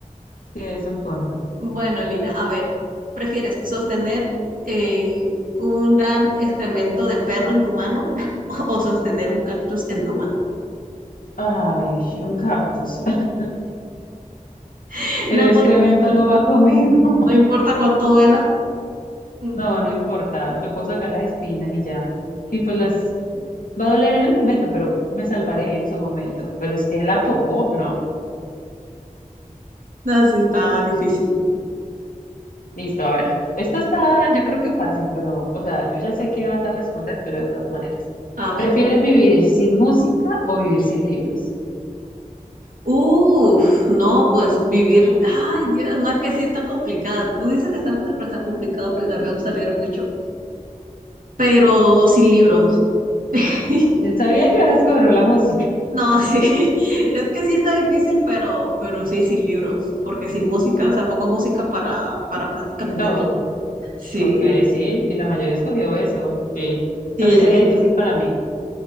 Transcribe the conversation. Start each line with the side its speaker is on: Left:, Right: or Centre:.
Left: es un punto.
Right: Bueno, Lina, a ver, ¿prefieres sostener eh, un gran excremento de perro en tu mano <laughs> o sostener un cactus en tu mano?
Left: Ay, un cactus. <laughs>
Right: <laughs> No
Left: El
Right: importa,
Left: excremento no va conmigo. <laughs>
Right: no importa cuánto duela, un
Left: No,
Right: cactus.
Left: no importa. Me puedo sacar las espinas y ya. Y pues las va a doler en el momento, pero me salvaré en su momento. Pero es que la popó, no.
Right: No, sí está difícil.
Left: Listo, a ver. Esto está, yo creo que fácil, pero, o sea, yo ya sé que vas a responder, pero de todas maneras.
Right: A ver.
Left: ¿Prefieres vivir sin música o vivir sin libros?
Right: Uf, no, pues vivir. Ay, Dios, no es que sí está complicada. Tú dices que está fácil, pero está complicado porque también me gusta leer mucho. Pero sin libros. <laughs>
Left: Yo sabía que ibas a escoger la música.
Right: No, sí, <laughs> es que sí está difícil, pero, pero sí, sin libros, porque sin música,
Left: <laughs>
Right: o sea, pongo música para, para prácticamente
Left: Todo.
Right: todo. Sí,
Left: Ok, sí. Y la mayoría escogió eso. Sí.
Right: <laughs> sí,
Left: También
Right: es
Left: sería
Right: que está.
Left: difícil para mí.